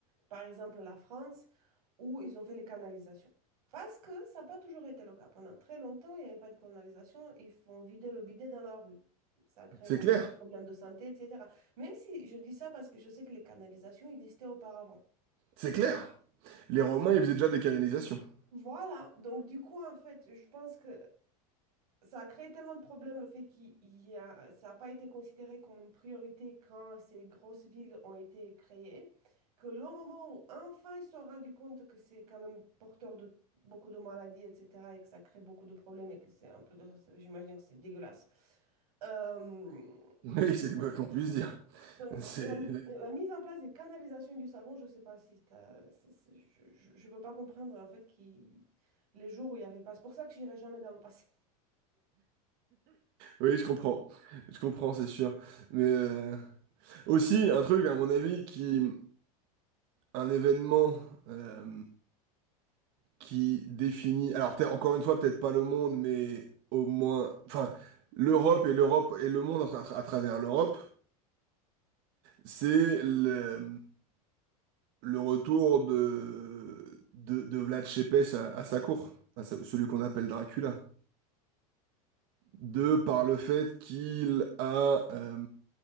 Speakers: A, on the right; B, on the right.
A: par exemple la France, où ils ont fait les canalisations. Parce que ça n'a pas toujours été le cas. Pendant très longtemps, il n'y avait pas de canalisation, ils font vider le bidet dans la rue. Ça crée
B: C'est
A: beaucoup
B: clair,
A: de problèmes de santé, etc. Même si je dis ça parce que je sais que les canalisations existaient auparavant.
B: c'est clair. Les Romains, ils faisaient déjà des canalisations. <laughs>
A: Voilà, donc du coup, en fait, je pense que Ça a créé tellement de problèmes le fait qu'il il y a, ça n'a pas été considéré comme une priorité quand ces grosses villes ont été créées, que le moment où enfin ils se sont rendus compte que c'est quand même porteur de beaucoup de maladies, etc., et que ça crée beaucoup de problèmes et que c'est un peu, j'imagine que c'est dégueulasse. Euh,
B: Oui, c'est quoi qu'on puisse dire.
A: donc,
B: C'est...
A: la, la mise en place des canalisations du savon, je ne sais pas si t'as- c'est- c'est- je ne peux pas comprendre en fait qui les jours où il n'y avait pas. C'est pour ça que j'irai jamais dans le passé.
B: Oui, je comprends. Je comprends, c'est sûr. Mais euh, aussi, un truc, à mon avis, qui... un événement euh, qui définit, alors peut-être encore une fois, peut-être pas le monde, mais au moins, enfin, l'Europe et l'Europe et le monde à, tra- à travers l'Europe, c'est le, le retour de, de, de Vlad Tepes à, à sa cour, à sa- celui qu'on appelle Dracula, de par le fait qu'il a euh,